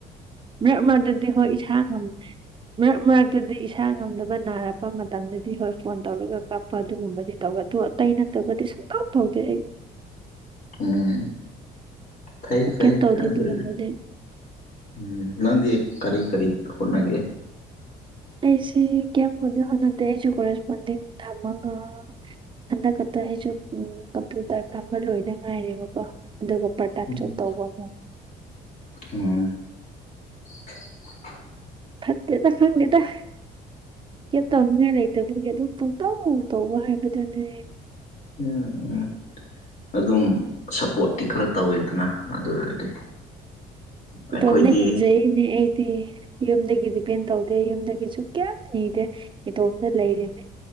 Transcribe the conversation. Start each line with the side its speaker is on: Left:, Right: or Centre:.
Right: ꯃꯔꯛ ꯃꯔꯗꯗꯤ ꯍꯣꯏ ꯏꯁꯥ ꯉꯝ ꯃꯔꯛ ꯃꯔꯛꯇꯗꯤ ꯏꯁꯥ ꯉꯝꯅꯕ ꯅꯥꯔꯛꯄ ꯃꯇꯝꯗꯗꯤ ꯍꯣꯏ ꯐꯣꯟ ꯇꯧꯔꯒ ꯀꯥꯞꯄ ꯑꯗꯨꯒꯨꯝꯕꯗꯤ ꯇꯧꯋꯦ ꯑꯗꯨ ꯑꯇꯩꯩꯅ ꯇꯕꯨꯗꯤ ꯁꯨꯡꯇꯥꯎ ꯊꯧꯗꯦ ꯑꯩ
Left: ꯎꯝ ꯐꯩ ꯐꯩ
Right: ꯀꯩꯝ ꯇꯧꯗꯦ
Left: ꯑꯗꯨ
Right: ꯑꯗꯨꯒꯨꯝꯕꯗꯤ
Left: ꯎꯝ ꯅꯗꯤꯌꯦ ꯀꯔꯤ ꯀꯔꯤ ꯍꯣꯠꯅꯒꯦ
Right: ꯑꯩꯁꯤ ꯀꯌꯥ ꯃ ꯍꯗ ꯑꯩꯁꯨꯒꯔꯦꯁ ꯃꯗꯤ ꯊꯙꯃꯒ ꯍꯟꯗꯛꯀꯛꯇ ꯑꯩꯁꯨ ꯀꯝꯄ꯭ꯌꯨꯇꯔ ꯇꯝꯕ ꯂꯣꯏꯗ ꯉꯥꯏꯔꯦꯕꯀꯣ ꯑꯗꯨꯒ ꯄꯇꯥꯛꯁꯨ
Left: ꯎꯝ
Right: ꯇꯧꯕꯕꯨ
Left: ꯎꯝ <inaudible>
Right: ꯐꯠꯇꯦꯗ ꯈꯪꯗꯦ ꯇ ꯀ ꯇꯉ ꯂꯩꯇ ꯐꯒꯦ ꯇ ꯇꯧꯇꯧ ꯑꯃꯨ ꯇꯧꯕ ꯍꯥꯏꯕꯗꯅꯦ
Left: ꯎꯝ ꯎꯝ ꯑꯗꯨꯝ ꯁꯞꯄꯣꯔꯠꯇꯤ ꯈꯔ ꯇꯧꯋꯤꯗꯅ ꯑꯗꯨ ꯑꯣꯏꯔꯗꯤ ꯑꯩꯈꯣꯏꯗꯤ
Right: ꯏꯇꯣꯝꯇ ꯍꯤꯡꯖꯩꯅꯦ ꯑꯩꯗꯤ ꯌꯨꯝꯗꯒꯤꯗꯤꯄꯦꯟ ꯇꯧꯗꯦ ꯑꯗ ꯌꯨꯝꯗꯒꯤꯁꯨ ꯀꯌꯥꯝ ꯅꯤꯗꯦ ꯏꯇꯣꯝꯅ ꯂꯩꯔꯤꯅꯦ